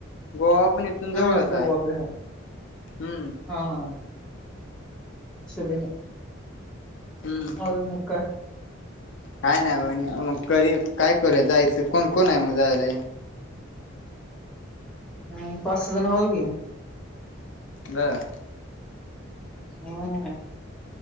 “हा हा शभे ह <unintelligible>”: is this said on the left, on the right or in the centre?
Centre